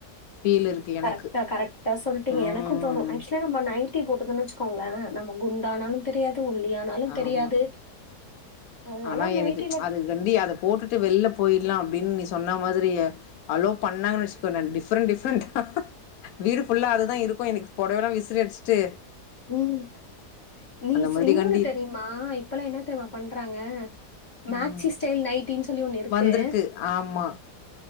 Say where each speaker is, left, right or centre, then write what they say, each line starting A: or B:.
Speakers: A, on the left; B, on the left.
A: ஃபீல் இருக்கு
B: கரெக்டா
A: எனக்கு.
B: கரெக்டா சொல்டீங்க
A: ம்.
B: எனக்கும் தோணும் ஆக்சுவலா நம்ம நைட்டி போட்டுதுன்னு வச்சுக்கோங்களா நம்ம குண்ட ஆனாலும் தெரியாது ஒல்லியா ஆனாலும்
A: ஆமா.
B: தெரியாது அதனால
A: ஆனா
B: நைட்டில
A: எனக்கு அது கண்டி அதை போட்டுட்டு வெளில போயிடலாம் அப்படின்னு நீ சொன்ன மாதிரி அலோவ் பண்ணா வச்சுக்கோ நா டிஃப்ரெண்ட் டிஃப்ரெண்ட்டா வீடு ஃபுல்லா அதுதா இருக்கு எனக்கு பொடவல்லா வி அசரிடிச்சட்டு
B: உம் நீஸ்
A: மாதிரி
B: இன்னொ
A: கண்டி
B: ஒன்னு தெரியுமா இப்பல்லா என்ன தெரியுமா பண் றாங்க மேக்சி
A: ம்
B: ஸ்டைல் நைட்டின் சொல்லி ஒண்ணு இருக்கு
A: வந்திருக்கு ஆமா